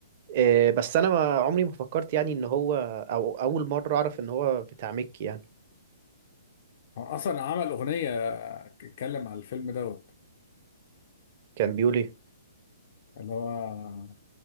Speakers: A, on the right; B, on the left.
A: آه، بس انا ما عمري ما فكرت يعني ان هو او اول مره اعرف ان هو بتاع مكي يعني
B: هو اصلا عمل اغنية اتكلم على الفيلم دوت
A: كان بيقول ايه
B: اللي هو